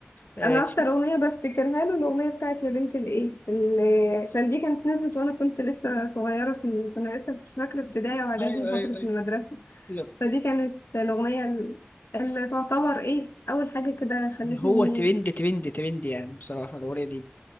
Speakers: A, on the left; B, on the left.
A: آه،
B: انا
A: في
B: اكتر اغنيه بفتكرها له الاغنيه بتاعت يا بنت الايه اللي عشان دي كانت نزلت وانا كنت لسه صغيره في ال... كنا لسه مش فاكره ابتدائي واعدادي
A: أيوه
B: وفتره
A: أيوه أيوه
B: المدرسه
A: لا،
B: فدي كانت الاغنيه ال- اللي تعتبر ايه اول حاجه كده خلتني
A: هو ترند ترند ترند يعني بصراحة الأغنية دي